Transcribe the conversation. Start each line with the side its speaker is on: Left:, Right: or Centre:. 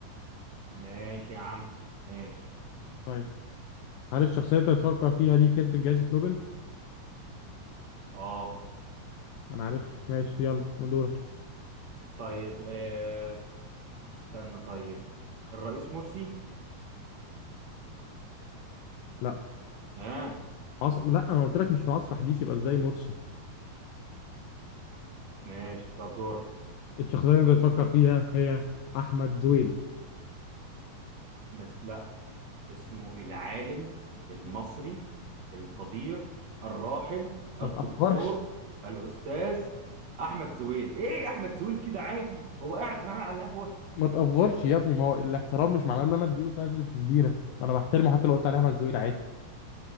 Right: ماشي يا عم ماشي
Left: طيب هل الشخصية اللي تفكر فيها دي كسبت جائزة نوبل؟
Right: اه
Left: أنا عرفته ماشي يلا دورك
Right: طيب آه استنى طيب الرئيس مرسي
Left: لا
Right: اه
Left: عصر لا أنا قلت لك مش في عصر حديث يبقى إزاي مرسي
Right: ماشي طب دورك
Left: الشخصية اللي أنت تفكر فيها هي أحمد زويل
Right: بس اسمه العالم المصري القدير الراحل الدكتور
Left: ما تأفورش
Right: الأستاذ أحمد زويل إيه يا أحمد زويل كده عادي هو قاعد معانا على القهوة
Left: ما تقفرش يا ابني ما هو الاحترام مش معناه ان انا اديله تايتلز كبيره ما انا بحترمه حتى لو قلت عليه احمد زويل عادي